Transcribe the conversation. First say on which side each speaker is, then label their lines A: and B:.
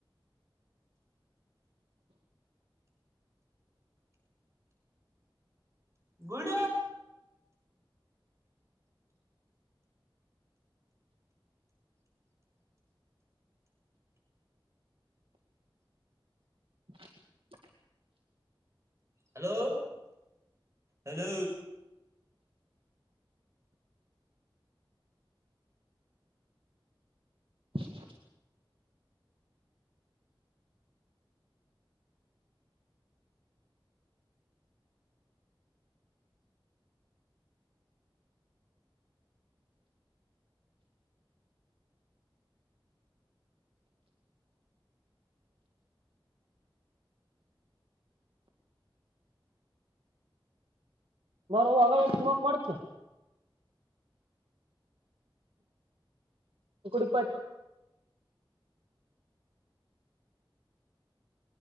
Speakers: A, on the right (about 35°); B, on the right (about 85°).
A: ಗುಡ
B: <inaudible>
A: ಹಲೋ ಹಲೋ
B: <inaudible> ಬರ ಅಗ ಎು ದಿಮಕ್ ಮಾಡತ ಇಡು ಕೊ